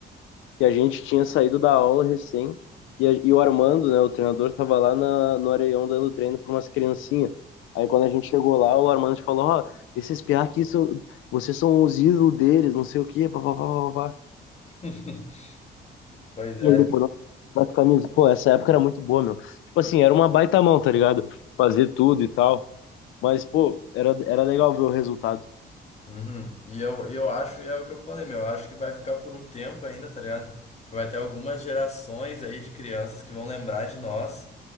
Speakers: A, on the left; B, on the left.
A: que a gente tinha saído da aula recém, e, a- e o Armando, né, o treinador, tava lá na, no Areião dando treino pra umas criancinhas. Aí quando a gente chegou lá, o Armando falou, ó, esses piá aqui, são, vocês são os ídolos deles, não sei o quê, pá, pá, pá, pá, pá.
B: <laughs> Pois
A: E
B: é.
A: aí depois nós das camisas, pô, essa época era muito boa, meu. Tipo assim, era uma baita mão, tá ligado? Fazer tudo e tal. Mas, pô, era, era legal ver o resultado.
B: Uhum. E eu, e eu acho, e é o que eu falei, meu, eu acho que vai ficar por um tempo ainda, tá ligado? Acho que Vai ter algumas gerações aí de crianças que vão lembrar de nós